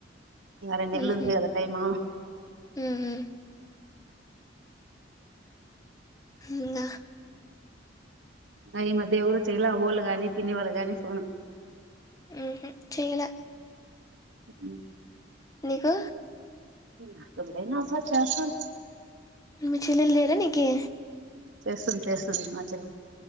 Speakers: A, on the right (about 85°); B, on the left (about 20°).
A: ఇంక రెండు నెళ్ళు
B: ఉహు
A: ఉంది కదా టైము
B: ఉహు ఇంగ
A: అయి ఈ మధ్య ఎవరు చేయలా వాఓళ్ళ కాగానీ పిన్ని వాళ్ళ గాని ఫోను
B: ఊహు చేయ్యల
A: అ
B: నీకు
A: <unintelligible> అసలు చేస్తరు
B: మి చెిల్లేలు లేర నీకి
A: చేస్తుంది చేస్తుంది మా చెల్లి